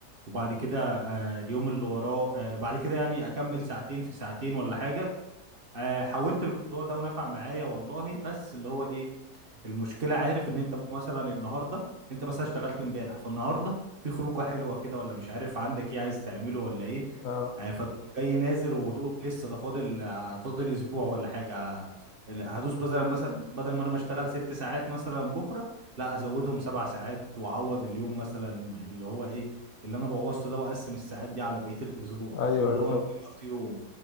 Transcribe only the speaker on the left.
اه
ايوه
ايوه
فاهم
قصدي